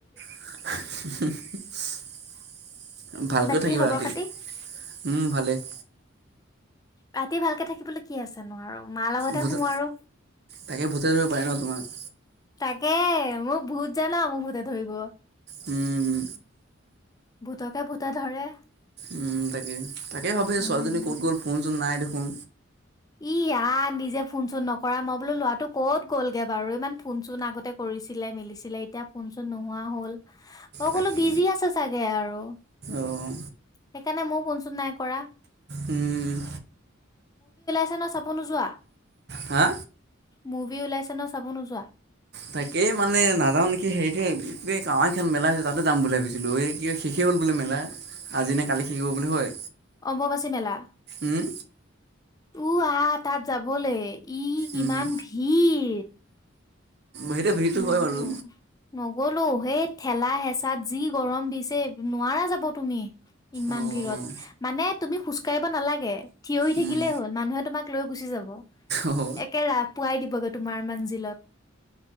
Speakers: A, on the right; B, on the left.
A: <unintelligible> ভালকৈ
B: বাকী
A: থাকিবা
B: খবৰ
A: ৰাতি।
B: খাতি
A: উম ভালেই।
B: ৰাতি ভালকে থাকিবলৈ কে আছে নো আৰু। মাৰ লগতহে
A: ভূতে,
B: শুও আৰু।
A: তাকে ভূতে ধৰিব পাৰে ন' তোমাক।
B: তাকে মোক ভূত জানা মোক ভূতে ধৰিব।
A: উম!
B: ভুতকে, ভূতে ধৰে।
A: উম তাকে তাকে ভাবিছো
B: উম।
A: ছোৱালীজনী ক'ত গ'ল ফোন চোন নাই দেখোন।
B: ই আ নিজে ফোন চোন নকৰা মই বোলো লৰাটো কত গ'লগে বাৰু ইমান ফোন চোন আগতে কৰি কৰিছিলে মেলিছিলে এতিয়া। ফোনচোন নোহোৱা হল মই
A: তাকে
B: ক'লো বিজি আছে চাগে আৰু
A: অঁ
B: সেইকাৰণে ময়ো ফোন চোট নাই কৰা
A: উম।
B: না চাব নোযোৱা
A: হা
B: মুভি ওলাইছে ন চাব নোযোৱা
A: তাকেই মানে নাযাও নেকি হেইৰিটোে এই এই কাৱ এ খেল মেলা হৈছে তাতে যাম বুলি ভাবিছিলো এই কি শেষেই হ'ল বোলে মেলা আজি নে কালি শিকিব বুলি হয়
B: অম্বুবাচী মেলা
A: উম
B: উ আহ তাত যাবলৈ ই কিমান
A: উম
B: ভিৰ
A: সেইটোৱে ভিৰটো
B: নগলো
A: হয় বাৰু
B: নগ গলো সেই ঠেলা হেঁচাত যি গৰম দিছে নোৱাৰা যাব তুমি ইমান
A: অঁ
B: ভিৰত মানে তুমি খোজকাঢ়িব নালাগে। থিয় হৈ থাকিলেই
A: উম
B: হ'ল মানুহে তোমাক লৈ গুচি যাব
A: অঁ
B: একে ৰাপ পোৱাই দিবগে তোমাৰ মান জিলত